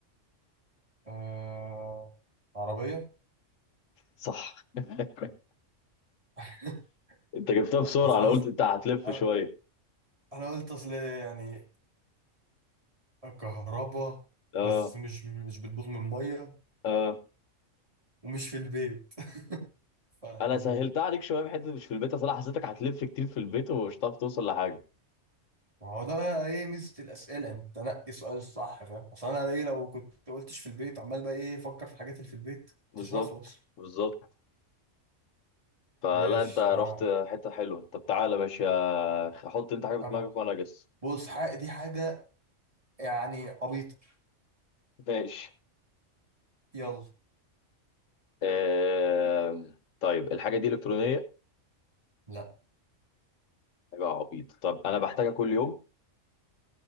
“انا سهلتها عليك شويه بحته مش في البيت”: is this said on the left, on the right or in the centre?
Left